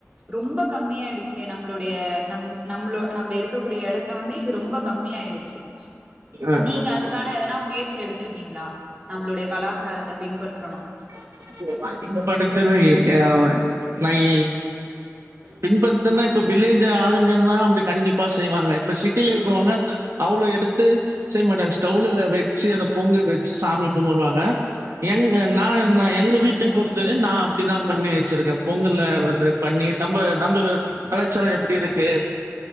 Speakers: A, on the right; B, on the right.
A: ரொம்ப கம்மியாயிடுச்சு நம்ளுடைய நம் நம்மளு நம்ம இருக் இருக்கக்கூடிய இடத்துல வந்து இது ரொம்ப கம்மமியிடுச்சு.
B: ஆ.
A: நீங்க அதுக்கான எதனா முயற்சி எடுத்திருக்கிங்களா? நம்மளுடைய கலாச்சாரத்த பின்பற்
B: <unintelligible> மை <inaudible> பின்பத்துனா இப்ப வில்லேஜ் ஆளுங்கலா அப்டி கண்டிப்பா செய்வாங்க. இப்ப சிட்டியிலயிருக்கவுங்க, அவ்ளவு எடுத்து செய் மாட்டாங்க. ஸ்டவ்லல வெச்சு அத பொங்க வெச்சு சாமி கும்புடுவாங்க. எங்க நா ன் எங்க வீட்டு பொறுத்தவரைையும் நான் அப்படிதா பண்ணி வெச்சிருக்கே. பொங்கல்ல அ பண்ணி நம்ம நம்பல் கலாச்சாரோ எப்படி இருக்கு.